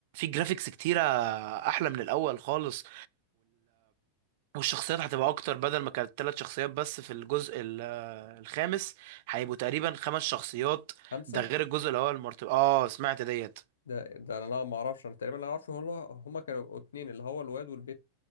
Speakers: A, on the right; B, on the left.
A: جرافيكس كتيره احلى من الاول خالص والشخصيات هتبقى اكتر بدل ما كانت ثلاث شخصيات بس في الجزء ال- آه، الخامس هيبقوا تقريبا خمس شخصيات
B: خمسة
A: ده غير الجزء الاول مرتب اه سمعت ديت
B: ده ده انا لا ما اعرفش انا تقريبا لا اعرف هم هما كانوا اتنين اللي هو الواد والبت